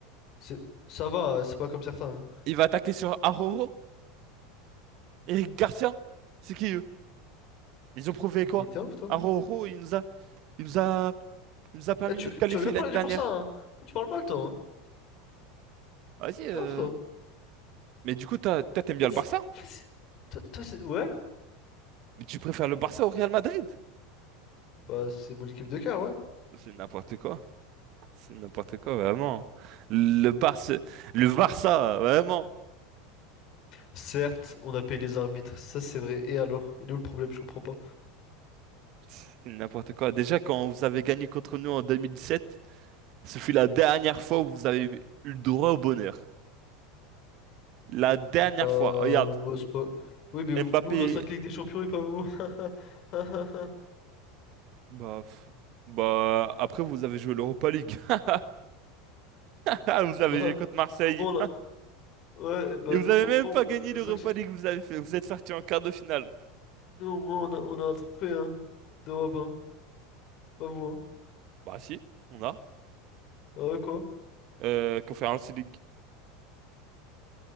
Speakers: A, on the left; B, on the right.
A: c'est- ça va, c'est pas comme certains. hein.
B: Il va attaquer sur Aroro? Eric Garcia? C'est qui eux? Ils ont prouvé
A: Il
B: quoi?
A: était ouf, toi.
B: Aroro, il nous a, il nous a, il nous a permis
A: Eh, tu,
B: de nous qualifier
A: tu vas bien parler
B: l'année
A: du
B: dernière.
A: Barça, hein. Tu parles mal, toi. hein.
B: Vas-y. euh,
A: Non, toi.
B: Mais du coup, t'as- toi, t'aimes
A: En
B: bien
A: fait,
B: le
A: c'est-
B: Barça?
A: en fait, c'est- toi, toi, c'est- ouais,
B: Mais tu préfères le Barça au Real Madrid?
A: bah c'est mon équipe de cœur, ouais.
B: C'est n'importe quoi. C'est n'importe quoi, vraiment. Le Barça, le Barça, vraiment.
A: Certes, on a payé les arbitres, ça c'est vrai. Et alors? Il est où le problème? Je comprends pas.
B: C'est n'importe quoi. Déjà, quand vous avez gagné contre nous en 2017, ce fut la dernière fois où vous avez eu le droit au bonheur. La dernière
A: Euh,
B: fois. Oh, Regarde,
A: bah, c'est pas... Oui, mais vous-
B: Mbappé,
A: nous on a 5 Ligues des Champions et pas vous. <laughs>
B: bah, pff, bah, après vous avez joué l'Europa League. <laughs> Ah, Vous avez
A: Bah,
B: joué contre Marseille.
A: au moins on a... Ouais, bah
B: Et vous
A: nous
B: avez
A: au
B: même
A: moins
B: pas
A: on
B: gagné
A: a, on
B: l'Europa
A: a 5...
B: League. Vous avez fait, vous êtes sorti en quart de finale.
A: Nous au moins on a, on a un trophée, hein, d'Europe, hein. Pas vous, hein.
B: Bah si, on a.
A: Ah ouais, quoi?
B: Euh, Conference League.